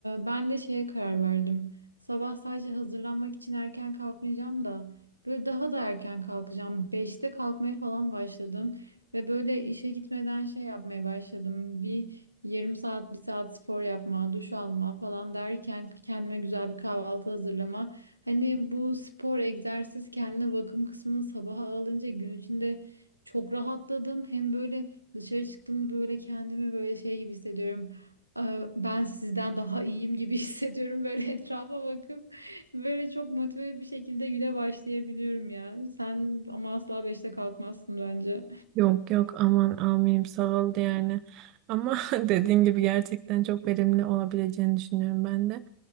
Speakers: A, on the right; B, on the right.
A: ben de şeye karar verdim. Sabah sadece hazırlanmak için erken kalkmayacağım da böyle daha da erken kalkacağım. beşte kalkmaya falan başladım ve böyle işe gitmeden şey yapmaya başladım. Bir yarım saat, bir saat spor yapma, duş alma falan derken kendime güzel bir kahvaltı hazırlama. Hani bu spor, egzersiz, kendine bakım kısmını sabaha alınca gün içinde çok rahatladım. Hem böyle dışarı çıktığımda böyle kendimi böyle şey gibi hissediyorum. Ee, Ben sizden daha iyiyim gibi <laughs> hissediyorum böyle etrafa bakıp böyle çok motive bir şekilde güne başlayabiliyorum ya. Sen ama asla beşte kalkmazsın bence.
B: Yok yok aman amirim sağ ol yani. Ama <laughs> dediğin gibi gerçekten çok verimli olabileceğini düşünüyorum ben de.